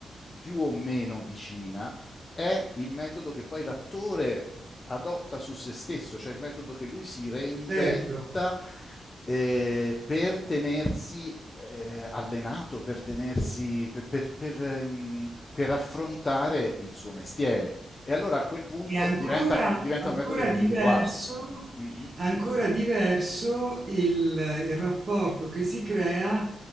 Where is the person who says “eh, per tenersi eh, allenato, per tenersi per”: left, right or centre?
Left